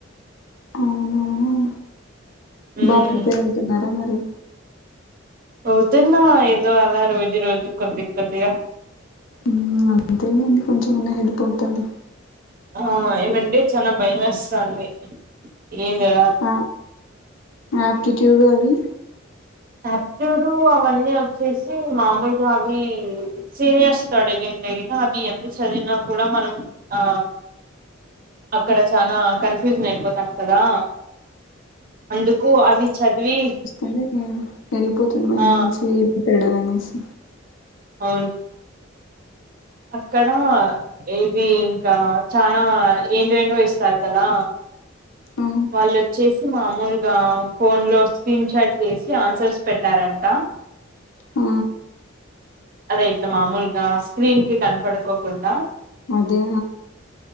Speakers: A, on the left (about 75°); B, on the right (about 45°).
A: అవున
B: ఉమ్
A: బాగా ప్రిపేర్ అయితున్నారా మరి
B: అవుతున్నా ఏదో అలా రోజు రోజు కొద్ది కొద్దిగా
A: మ్మ్ అంతేనండి కొంచెం ఆన్నా హెల్ప్ అవుతది
B: ఆ ఏమండి చాల భయం ఎస్తాంది ఏందిర
A: అ ఆప్టిట్యూడ్ అవి
B: ఆప్టిట్యూడ్ అవన్నీ వచ్చేసి మాములుగా అవి సీనియర్స్ తో అడిగింటే గిన అవి ఎంత చదివినా కూడా మనం ఆ అక్కడ చానా కన్ఫ్యూజన్ అయిపోతాం కదా అందుకు అవి చదివి
A: ఊహు వెళ్ళిపోతుంది మా
B: ఆ
A: నుంచి ఏ మాంటాడు అనేసి
B: అవును అక్కడ ఇది ఇంకా చనా ఏంటి ఏంటివో ఇస్తారు కదా
A: ఆ
B: వాళ్లు చేసి మామూలుగా ఫోన్ లో స్క్రీన్ చాట్ చేసి ఆన్సర్స్ పెట్టారంట
A: ఊ
B: అదే ఇట్లా మామూలుగా స్క్రీన్ కి కనపడుకోకుండా
A: అదా